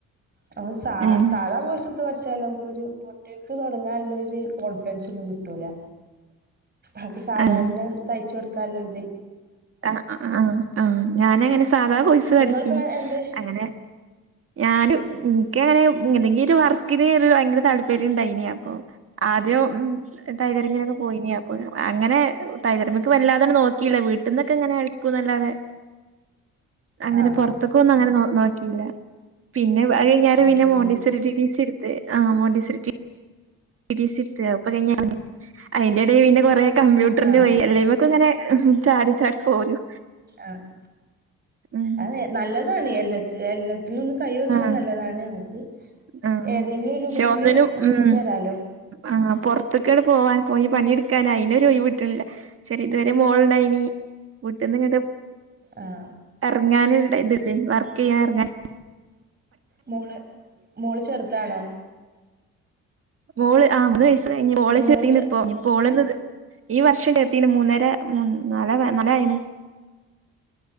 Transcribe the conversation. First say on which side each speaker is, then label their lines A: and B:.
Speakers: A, on the right; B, on the right.
A: നമ്മള് സ
B: ഏഹ്
A: സാധാ കോഴ്സ്ട്ത്ത് പഠിച്ചാല്മക്കൊരു പൊ ഒറ്റക്ക് തോടങ്ങാന്ള്ളൊര് കോൺഫിഡൻസൊന്നും കിട്ടൂല്ല അത് സാധാരണ
B: ആഹ്
A: തയ്ച്ച കൊടുക്കല്ലോര്തെ
B: ആഹ് ആഹ് ആഹ് ഞാന് അങ്ങനെ സാധാ കോഴ്സ്
A: നിങ്ങളിപ്പോ
B: പഠിച്ചിനി
A: എന്ത്
B: അങ്ങനെ ഞാന് ഇന്ക്ക്ങ്ങനെ എന്തെങ്കി ഒര് വർക്കിന് ഒര് ഭയങ്കര താല്പര്യണ്ടായിന് അപ്പോ ആദ്യം ടൈലറിങ്ങിനൊക്കെ പോയിന് അപ്പോ അങ്ങനെ ടൈലറിമിക്ക് വല്ലാതാണ്ട് നോക്കില്ല വീട്ട്ന്നൊക്കെങ്ങനെ അടിക്കുന്നല്ലാതെ അങ്ങനെ
A: ആഹ്
B: പൊറത്ത്ക്കൊന്നും അങ്ങനെ നോ നോക്കില്ല പിന്നെ അത്കഴിഞ്ഞാരേ
A: നോക്കിട്ടില്ലല്ലേ
B: പിന്നെ മോണ്ടിസ്റ്ററി ടി ടി സിട്ത്ത് ആഹ് മോണ്ടിസ്റ്റ റി ടി ടി സിട്ത്ത് അത്പ്പൊ കഴിഞ്ഞറങ്ങി അയിന്റെടെ പിന്നെ കൊറെ കമ്പ്യൂട്ടറ്ന്
A: ആഹ്
B: പോയി എല്ലേയ്മക്ക്ങ്ങനെ ചാടി ചാടി പോരും
A: ആഹ്
B: ഉം
A: അതെ നല്ലതാണ് എല്ല എല്ല ത്തിലൊന്ന് കൈ വെക്ക്ണ
B: ആഹ്
A: നല്ലതാണ് നമുക്ക്
B: ആഹ്
A: ഏതെങ്കിലും രൂപത്തില്
B: പക്ഷെ ഒന്നിനും
A: മുന്നോട്ട്
B: ഉം
A: വരാലോ
B: ആഹ് പൊറത്ത്ക്കണ്ട് പോവാൻ പോയി പണിയെട്ക്കാൻ അയിനൊര് ഒയിവ്ട്ട്ണില്ല ചെറി ഇതുവരെ മോള്ണ്ടായിനി വീട്ട്ന്നിങ്ങട്ട്
A: ആഹ്
B: ഇറങ്ങാന് ഒരു ടൈ ഇത് ല്ലേ വർക്കെയ്യാൻ ഇറങ്ങാന്
A: മോള് മോള് ചെറ്താണോ
B: മോൾ ആഹ് മൂന്ന് വയസ്സ്‌ കഴിഞ്ഞ് ഓളെ
A: മോള്
B: ചേർത്തീണ്‌
A: ചെ
B: ഇപ്പോ ഇഞ്ഞ്പ്പോ ഓളൊന്ന് ഈ വർഷം ചേർത്തീന് മൂന്നര മുന്ന് നാലാവാ നാലായിണ്‌